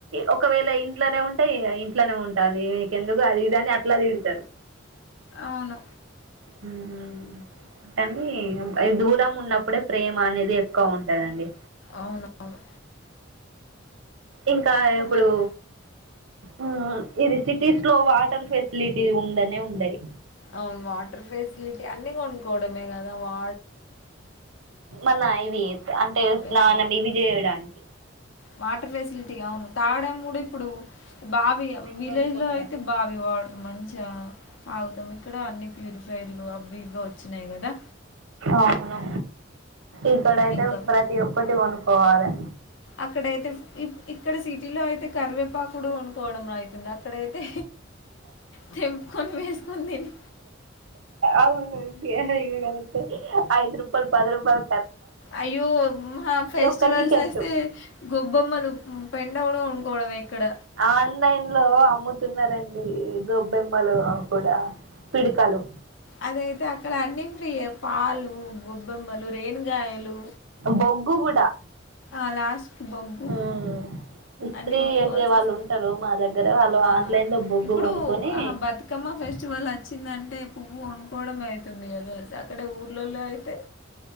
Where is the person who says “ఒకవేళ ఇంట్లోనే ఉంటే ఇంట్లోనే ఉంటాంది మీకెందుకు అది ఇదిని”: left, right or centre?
Right